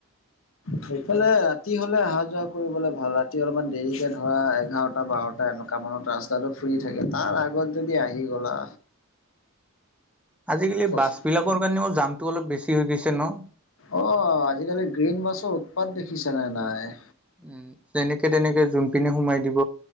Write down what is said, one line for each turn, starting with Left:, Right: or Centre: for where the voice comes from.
Left: সেইফালে ৰাতি হলে অহা যোৱা কৰিবলৈ ভাল ৰাতি অলপমান দেৰিকে ধৰা এঘাৰটা বাৰটা এনেকুৱা কামানত ৰাস্তাটো ফ্ৰী থাকে তাৰ আগত যদি আহি গ'লা
Centre: আজিকালি
Left: অ
Centre: বাছ বিলাকৰ কাৰণেও জামটো অলপ বেছি হৈ গৈছে ন
Left: অ আজিকালি গ্ৰীণ বাছৰ উৎপাত দেখিছা নে নাই
Centre: উম যেনেকে তেনেকে জোনপিনে সোমাই দিব